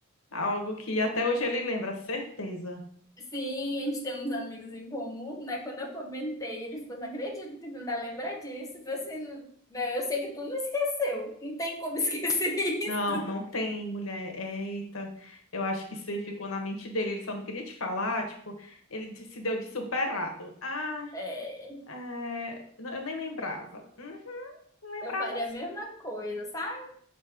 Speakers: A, on the left; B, on the left.
A: algo que até hoje ele lembra, certeza.
B: Sim, a gente tem uns amigos em comum, né? Quando eu comentei, ele ficou, não acredito que tu ainda lembra disso. Eu falei assim, "Não, né, eu sei que tu não esqueceu. Não tem como <laughs> esquecer isso.
A: Não, não tem mulher. Eita, eu acho que isso aí ficou na mente dele. Ele só não queria te falar, tipo, ele de- se deu de superado. Ah,
B: É,
A: é, não, eu nem lembrava. Uhum, lembrava
B: eu faria
A: sim.
B: a mesma coisa, sabe?